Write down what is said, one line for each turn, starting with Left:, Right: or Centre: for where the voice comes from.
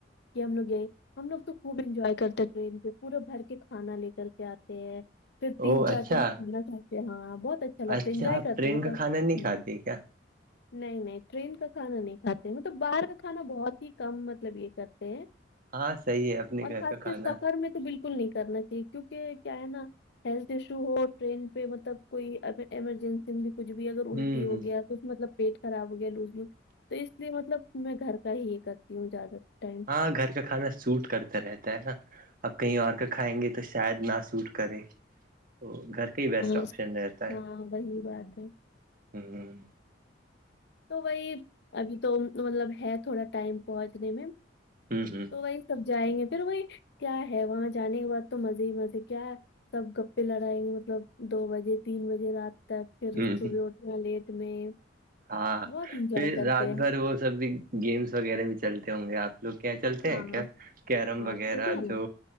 Left: کہ ہم لوگ گئے ہم لوگ تو خوب انجوائے کرتے ٹرین پہ پورا بھر کے کھانا لے کر کے آتے ہے پھر تین
Right: او اچھا
Left: چار ٹائم کھانا کھاتے ہے ہاں بہت اچھا لگتا
Right: اچھا
Left: ہے انجوائے
Right: آپ
Left: کرتے
Right: ٹرین
Left: ہیں مطلب
Right: کا کھانا نہیں کھاتے کیا
Left: نہیں نہیں ٹرین کا کھانا نہیں کھاتے ہیں مطلب باہر کا کھانا بہت ہی کم مطلب یہ کرتے ہیں
Right: ہاں صحیح ہے اپنے
Left: اور
Right: گھر
Left: اس
Right: کا کھانا
Left: سفر میں تو بالکل نہیں کرنا چاہیے کیونکہ کیا ہے نا ہیلتھ ایشو ہو ٹرین پہ مطلب کوئی ا ایمرجنسی میں بھی کچھ بھی اگر الٹی
Right: ہوں
Left: ہو
Right: ہ
Left: گیا مطلب پیٹ خراب ہو گیا لوزم تو اس لیے مطلب میں گھر کا ہی یہ کرتی ہوں زیادہ ٹائم
Right: ہاں گھر کا کھانا سوٹ کرتا رہتا ہے نا اب کہیں اکر کھائیں گے تو شاید نہ سوٹ کرے تو گھر یہ ہی بیسٹ
Left: ہاں
Right: آپشن رہتا ہے
Left: ہاں وہی بات ہے
Right: ھھم
Left: تو وہی ابھی تو مطلب ہے تھوڑا ٹائم پہنچنے میں
Right: ھھم ھھم
Left: تو وہی سب جائیں گے پھر وہی کیا ہے وہاں جانے کے بعد تو مزے ہی مزے کیا سب گپے لڑائیں گے مطلب دو بجے تین بجے رات تک پھر
Right: ہ
Left: صبح اٹنا لیٹ میں
Right: ہاں
Left: بہت انجوائے
Right: پھر
Left: کرتے
Right: رات
Left: ہیں
Right: بھر وہ سب بھی گیمس وغیرہ بھی چلتے ہوں گے آپ لوگ کیا چلتے
Left: ہاں
Right: ہیں کیا کیرم
Left: ہاں
Right: وغیرہ
Left: چوٹی ہے نا
Right: جو